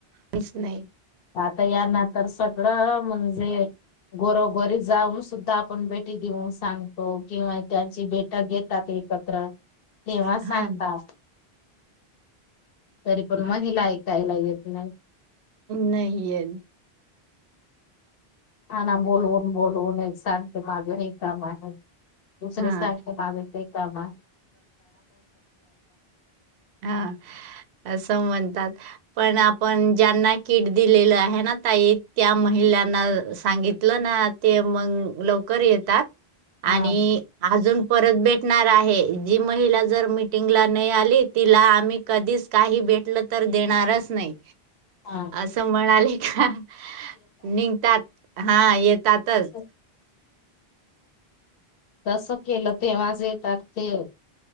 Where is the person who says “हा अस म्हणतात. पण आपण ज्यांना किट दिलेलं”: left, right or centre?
Right